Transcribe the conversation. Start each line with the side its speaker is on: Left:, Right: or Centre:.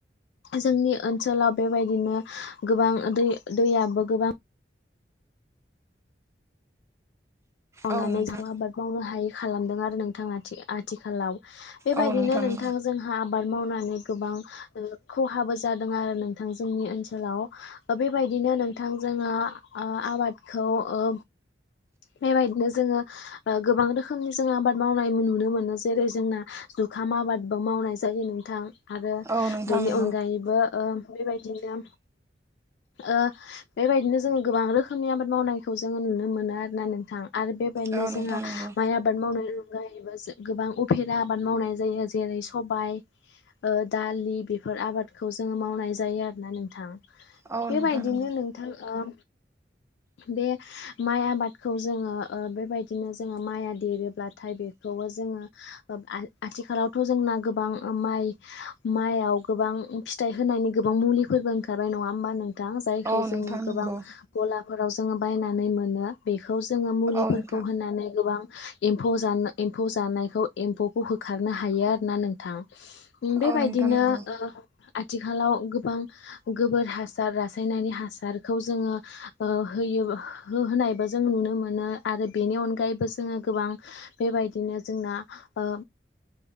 Left: जोंनि ओनसोलाव बेबायदिनो गोबां दै-दैयाबो गोबां मावनानै
Right: औ नोंथां
Left: ज' आबाद मावनो हायै खालामदों आरो नोंथां आथि आथिखालाव। बेबायदिनो
Right: औ
Left: नोंथां
Right: नंगौ
Left: जोंहा आबाद मावनानै गोबां खहाबो जादों आरो नोंथां जोंनि ओनसोलाव। ओ बेबायदि- दिनो नोंथां जोङो ओ आबादखौ ओ बेबायदिनो जोङो ओ गोबां रोखोमनि जोङो आबाद मावनाय नुनो मोनो। जेरै जोंना जु- खाम आबादबो मावनाय जायो नोंथां। आरो
Right: औ नोंथां
Left: बेनि
Right: नंगौ
Left: अनगायैबो ओ बेबायदिनो ओ बेबायदिनो जोङो गोबां रोखोमनि आबाद मावनायखौ जोङो नुनो मोनो आरो। ना नोंथां आरो बेबायदिनो
Right: औ नोंथां
Left: जोंहा
Right: नंगौ
Left: माइ आबाद मावनो गोबां उफेरा आबाद मावनाय जायो। जेरै सबाय ओ दालि बेफोर आबादखौ जोङो मावनाय जायो आरो ना नोंथां।
Right: औ
Left: बेबायदिनो
Right: नोंथां नंगौ
Left: नोंथां ओ बे माइ आबाद खौ जोङो ओ बेबायदिनो जोङो माइआ देरोब्लाथाय बेखौबो जोङो ओ आ-आथि- आथिखालावथ' जोंना गोबां माइ माइयाव गोबां फिथाइ होनायनि गोबां मुलिफोरबो ओंखारबाय नङा होमबा नोंथां जायखौ
Right: औ नोंथां
Left: जोङो
Right: नंगौ
Left: गोबां गलाफोराव जोङो बायनानै मोनो। बेखौ जोङो मुलिफोरखौ
Right: औ नोंथां
Left: होनानै गोबां एम्फौ जा एम्फौ जानायखौ एम्फौखौ होखारनो हायो आरोना नोंथां। उम
Right: औ
Left: बेबायदिनो
Right: नोंथां नंगौ
Left: ओ आथिखालाव गोबां गोबोर हासार रासायनारि हासारखौ जोङो ओ होयो। हो होनाय जों नुनो मोनो आरो बेनि अनगायैबो जोङो गोबां बेबायदिनो जोंना ओ